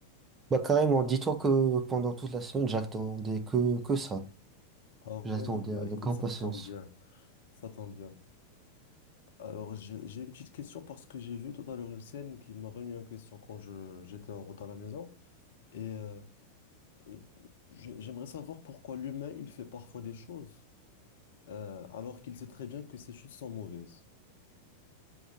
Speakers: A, on the right; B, on the left.
A: Bah carrément, dis-toi que pendant toute la semaine, j'attendais que, que ça.
B: Ah
A: J'attendais
B: ouais, bah
A: avec
B: écoute,
A: impatience.
B: ça tombe bien, ça tombe bien. Alors, j'ai j'ai une petite question parce que j'ai vu tout à l'heure une scène qui m'a remis en question quand je, j'étais en route à la maison. Et euh, euh, je- j'aimerais savoir pourquoi l'humain, il fait parfois des choses euh, alors qu'il sait très bien que ces choses sont mauvaises.